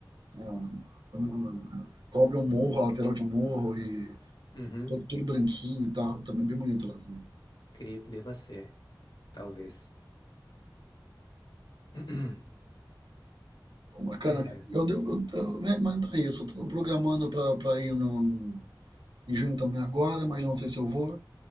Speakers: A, on the right; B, on the left.
A: é um, como cobre um morro, a lateral de um morro, e
B: Uhum.
A: tudo, tudo branquinho e tal. Também bem bonito lá também.
B: Creio que deva ser, talvez. <clears throat>
A: Bacana.
B: É
A: Eu devo, eu- eu- né, mas então é isso. Eu tô programando pra pra ir no, em junho também agora, mas não sei se eu vou.